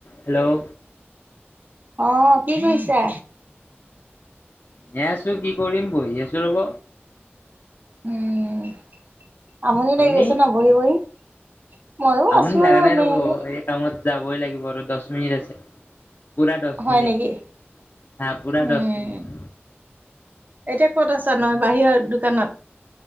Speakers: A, on the left; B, on the right.
A: হেল্ল'?
B: আহ কি কৰিছা?
A: এনে আছো কি কৰিম বহি আছো ৰ'ব।
B: উম, আমনি
A: আপুনি
B: লাগি গৈছে ন, বহি, বহি। ময়ো
A: আমনি
B: আছো
A: লগা
B: আৰু
A: নাই
B: এনে
A: ৰ'ব।
B: এনে।
A: এই কামত যাবই লাগিব আৰু দহ মিনিট আছে। পূৰা দচ
B: হয়
A: মিনিট,
B: নেকি?
A: হা, পূৰা
B: উম,
A: দহ মিনিট।
B: এতিয়া ক'ত আছা, নহ বাহিৰৰ দোকানত।